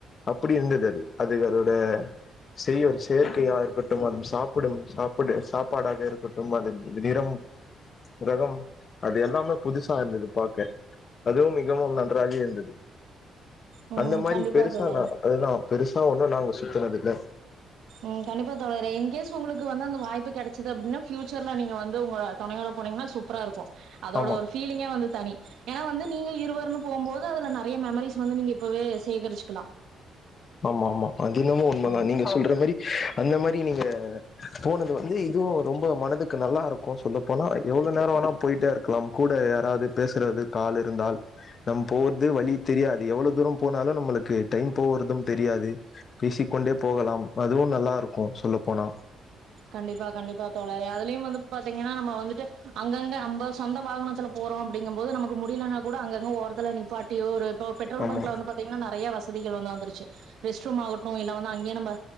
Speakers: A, on the left (about 50°); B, on the right (about 80°).
A: அப்படி இருந்தது அது அதுக்கு அதோட செய்ய ஒரு செயர்கற்கையா இருக்கட்டும் அ சாப்பிடும் சாப்பிட சாப் பாடாக இரு கட்டும் அதன் நிறம் ரகம் அது எல்லாமே புதுசா இருந்தது பாக்க அதுவும் மிகவும் நன்றாக இருந்தது
B: ம்
A: அந்த மாதிரி
B: கண்டிப்பா
A: பெருசா
B: தோழரே
A: நா அதுதான் பெருசா ஒண்ணும் நாங்க சுத்தினது இல்ல
B: ம் கண்டிப்பா தோழரே இன்கேஸ் உங்களுக்கு வந்து அந்த வாய்ப்ப கிடச்சது அப்படின்னா பஃயூச்சர்ல நீங்க வந்து உங்க துணையோட போனீங்கன்னா சூப்பரா இருக்கும் அதோட
A: ஆமா
B: ஒரு ஃபீலிங்கே வந்து தனி ஏன்னா வந்து நீங்க இருவருன்னு போகும் போது அதுல நிறைய மெமரிஸ் வந்து நீங்க இப்பவே சேகரிச்சிக்கலாம்
A: ஆமா ஆமா அது என்னமோ உண்ம
B: ஆமா
A: தான் நீங்க சொல்ற மாதிரி அந்த மாதிரி நீங்க போனது வந்து இதுவும் ரொம்ப மனதுக்கு நல்லா இருக்கும் சொல்ல போனா எவ்வளவு நேரம் வேனா போயிட்டே இருக்கலாம் கூட யாராவது பேசுறதுக் ஆள் இருந்தால் நம்ம போவறது வழி தெரியாது எவ்வளவு தூரம் போனாலும் நம்மளுக்கு டைம் போவறதும் தெரியாது பேசிக்க கொண்டே போகலாம் அதுவும் நல்லா இருக்கும் சொல்ல போனா
B: கண்டிப்பா கண்டிப்பா தோழரே அதுலயும் வந்து பாத்தீங்கன்னா நம்ம வந்துட்டு அங்கங்க நம்ம சொந்த வாகனத்துல போறோ அப்படிங்கம்போது நமக்கு முடியலன்னா கூட அங்கங்க ஒரத்துல நீப்பாட்டியோ ஒரு பெட்ரோல்
A: ஆமா
B: பங்க்ல வந்து பாத் ங்கன்னா நெறய வசதிகள் வந்து வந்துருச்சு ரெஸ்ட் ரூம் ஆகட்டு இல்ல வந்து அங்கேய நம்ம